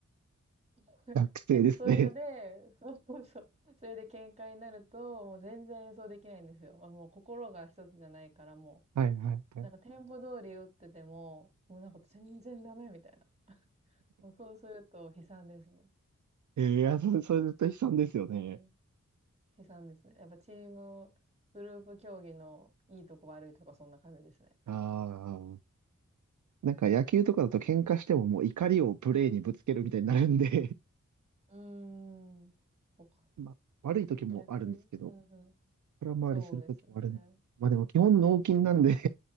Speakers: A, on the right; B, on the right.
A: な。<laughs>
B: 学生ですね。
A: なんかそういうので、そうそうそう。それで喧嘩になると、もう全然演奏できないんですよ。あもう心が一つじゃないからも
B: はい、はい、はい。
A: う、なんかテンポ通り打ってても、もうなんか全然ダメみたいな。そうそうすると悲惨ですね。
B: えーいや、それ、それ絶対悲惨ですよね。
A: うん。悲惨ですね。やっぱチーム、グループ競技のいいとこ悪いとこそんな感じですね。
B: ああ。なんか野球とかだと喧嘩してももう怒りをプレーにぶつけるみたいになるんで
A: うーん。そうか。
B: <laughs> まあ、悪い時もあるんですけど、
A: 野球。うんうん。
B: 空回りする時もあるんです。
A: そうですよね。
B: まあでも基本脳筋なんで <laughs> ひ